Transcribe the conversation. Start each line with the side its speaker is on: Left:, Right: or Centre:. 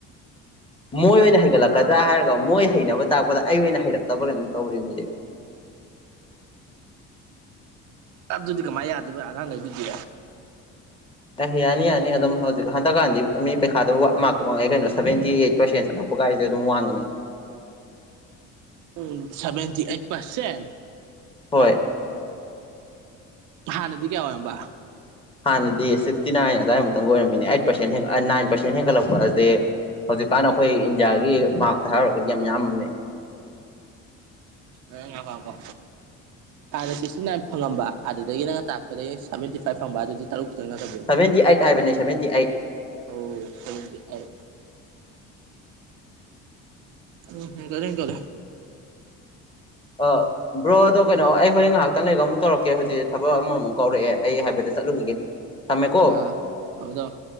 Left: ꯃꯣꯏ ꯑꯣꯏꯅ ꯍꯩꯒꯠꯂꯛꯀꯗ꯭ꯔꯥ ꯍꯥꯏꯔꯒ ꯃꯣꯏ ꯍꯩꯅꯕ ꯇꯥꯛꯄꯗ ꯑꯩ ꯑꯣꯏꯅ ꯍꯩꯔꯛꯇꯕ꯭ꯔꯥ ꯀꯩꯅꯣꯝ ꯇꯧꯔꯦꯃꯤ ꯁꯦ
Right: ꯑꯗꯨꯗꯤ ꯀꯃꯥꯏ ꯌꯥꯗꯨꯏꯕ ꯑꯉꯥꯡꯒꯩꯗꯨꯗꯤ꯫
Left: ꯑꯦ ꯌꯥꯅꯤ ꯌꯥꯅꯤ ꯑꯗꯨꯝ ꯍꯧꯖꯤꯛ ꯍꯟꯗꯛꯀꯥꯟꯗꯤ ꯃꯤ ꯄꯩꯈꯥꯗ ꯃꯥꯛꯀ ꯋꯥꯡꯉꯛꯑꯦ ꯀꯩꯅꯣ ꯁꯕꯦꯟꯇꯤ ꯑꯦꯠ ꯄꯔꯁꯦꯟ ꯆꯠꯂꯦ ꯄꯒꯥꯏꯖꯦ ꯑꯗꯨꯝ ꯋꯥꯡꯉꯤꯅꯤ
Right: ꯎꯝ ꯁꯕꯦꯟꯇꯤ ꯑꯦꯠ ꯄꯥꯔꯁꯦꯟ
Left: ꯍꯣꯏ
Right: ꯍꯥꯟꯅꯗꯤ ꯀꯌꯥ ꯑꯣꯏꯔꯝꯕ꯫
Left: ꯍꯥꯟꯅꯗꯤ ꯁꯤꯛꯁꯇꯤꯅꯥꯏꯟ ꯑꯗꯥꯏꯃꯨꯛꯇꯪ ꯑꯣꯏꯔꯝꯃꯤꯅꯦ ꯑꯩꯠ ꯄꯥꯔꯁꯦꯟ ꯍꯦꯟ ꯑ ꯅꯥꯏꯟ ꯄꯔꯁꯦꯟ ꯍꯦꯟꯀꯠꯂꯛꯄ ꯍꯥꯢꯁꯦ ꯍꯧꯖꯤꯛꯀꯥꯟ ꯑꯈꯣꯏ ꯏꯟꯗꯤꯌꯥꯒꯤ ꯃꯥꯛꯇ ꯍꯥꯏꯔꯨꯔꯒꯗꯤ ꯌꯥꯝ ꯌꯥꯝꯃꯝꯅꯦ꯫
Right: ꯑꯥ ꯉꯥꯢꯈꯣꯉꯥꯢꯈꯣ ꯍꯥꯟꯅ ꯁꯤꯛꯁꯇꯤ ꯅꯥꯏꯟ ꯐꯪꯉꯝꯕ ꯑꯗꯨꯗꯒꯤ ꯅꯪꯅ ꯇꯥꯛꯄꯗꯒꯤ ꯁꯕꯦꯟꯇꯤ ꯐꯥꯏꯚ ꯐꯪꯕ ꯑꯗꯨꯗꯤ ꯇꯔꯨꯛ ꯈꯥꯇꯪ ꯅꯠꯇꯕ꯭ꯔꯣ
Left: ꯁꯦꯕꯦꯟꯇꯤ ꯑꯦꯠ ꯍꯥꯏꯕꯅꯦ ꯁꯦꯕꯦꯟꯇꯤ ꯑꯦꯠ
Right: ꯑꯣ ꯁꯦꯕꯦꯟꯇꯤ ꯑꯦꯠ ꯎꯝ ꯍꯦꯟꯒꯠꯂꯦ-ꯍꯦꯟꯒꯠꯂꯦ
Left: ꯑꯥ ꯕ꯭ꯔꯣ ꯑꯗꯣ ꯀꯩꯅꯣ ꯑꯩ ꯍꯣꯔꯦꯟ ꯉꯥꯍꯥꯛꯇꯪ ꯂꯩꯔꯒ ꯑꯃꯨꯛ ꯇꯧꯔꯛꯀꯦ ꯍꯧꯖꯤꯛ ꯊꯕꯛ ꯑꯃꯃꯨꯛ ꯀꯧꯔꯛꯑꯦ ꯑꯩ ꯍꯥꯏꯐꯦꯠꯇꯪ ꯆꯠꯂꯨꯈꯤꯒꯦ꯫ ꯊꯝꯃꯦꯀꯣ
Right: ꯑꯥ ꯊꯝꯃꯨ ꯊꯝꯃꯨ